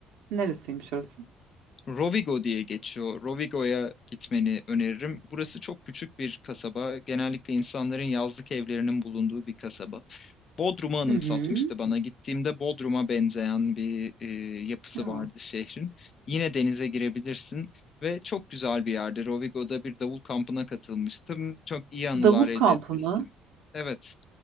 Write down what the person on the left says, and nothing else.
Rovigo diye geçiyor. Rovigo'ya gitmeni öneririm. Burası çok küçük bir kasaba. Genellikle insanların yazlık evlerinin bulunduğu bir kasaba. Bodrum'u anımsatmıştı
bana. Gittiğimde Bodrum'a benzeyen bir e, yapısı
vardı şehrin. Yine denize girebilirsin ve çok güzel bir yerde. Rovigo'da bir davul kampına katılmıştım. Çok iyi anılar
elde
etmiştim.
Evet,